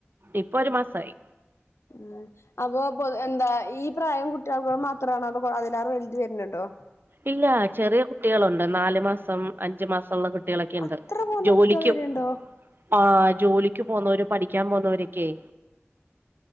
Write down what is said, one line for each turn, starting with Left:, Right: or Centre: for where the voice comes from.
Right: ഇപ്പൊ ഒരു മാസായി
Left: ഊം അപ്പൊ പൊതു എന്താ ഈ പ്രായം കുട്ടികൾക്കും മാത്രാണോ അത് പോ <unintelligible> എൽതി വരുണുണ്ടോ
Right: ഇല്ല ചെറിയ കുട്ടികളൊണ്ട് നാലു മാസം അഞ്ചു മാസം ഒള്ള കുട്ടികളെക്കെ ഇണ്ട്
Left: അത്ര പോന്ന
Right: ജോലിക്കും
Left: കുട്ടികൾ വരെയുണ്ടോ
Right: ആ ജോലിക്ക് പോകുന്നവരുംപഠിക്കാൻ പോകുന്നവരൊക്കെയ